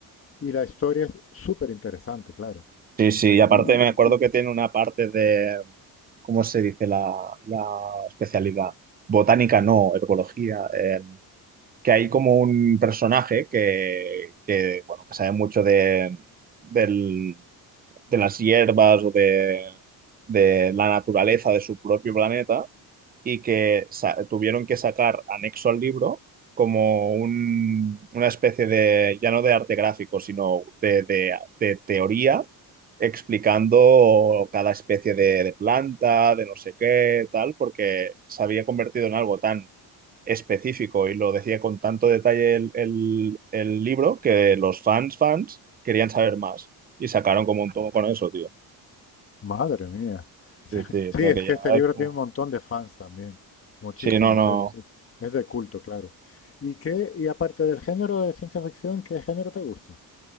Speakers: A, on the left (about 35°); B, on the right (about 25°).
A: Y la historia es súper interesante, claro.
B: Sí, sí,
A: Entonces,
B: y aparte
A: y-
B: me acuerdo
A: y- y-
B: que tiene una parte de... ¿Cómo se dice la, la especialidad? Botánica no, herbología. eh, que hay como un personaje que, que, bueno, que sabe mucho de, del- de las hierbas o de, de la naturaleza de su propio planeta y que sa- tuvieron que sacar anexo al libro como un- una especie de, ya no de arte gráfico, sino de, de- de teoría explicando cada especie de, de planta, de no sé qué, tal, porque se había convertido en algo tan específico y lo decía con tanto detalle el, el- el libro que los fans, fans querían saber más y sacaron como un tomo con eso, tío.
A: madre mía. <laughs>
B: Sí, sí,
A: Sí,
B: o sea
A: es
B: que
A: que
B: ya
A: este libro
B: es como...
A: tiene un montón de fans también, muchísimos,
B: Sí, no, no.
A: es, es de culto, claro. ¿Y qué, y aparte del género de ciencia ficción, qué género te gusta?